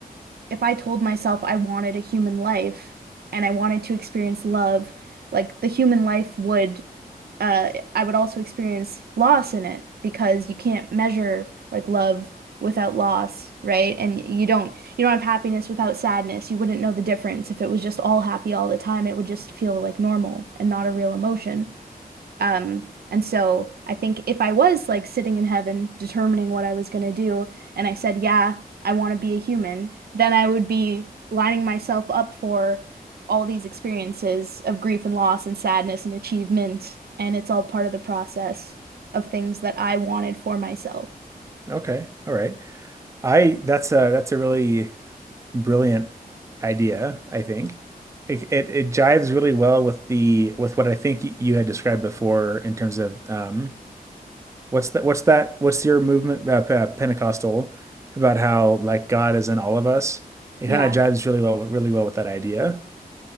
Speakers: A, on the right; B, on the right.
A: if I told myself I wanted a human life and I wanted to experience love, like the human life would, uh, I would also experience loss in it because you can't measure like love without loss, right? And you don't you don't have happiness without sadness. You wouldn't know the difference if it was just all happy all the time. It would just feel like normal and not a real emotion. Um, and so I think if I was like sitting in heaven determining what I was going to do, and I said, yeah, I want to be a human, then I would be lining myself up for all these experiences of grief and loss and sadness and achievement. And it's all part of the process of things that I wanted for myself.
B: Okay. All right. I that's a that's a really brilliant idea, I think. It, it it jives really well with the with what I think y- you had described before in terms of um What's that? What's that? What's your movement uh, Pe- Pentecostal about how like God is in all of us? It
A: Yeah.
B: kind of jives really well, really well with that idea.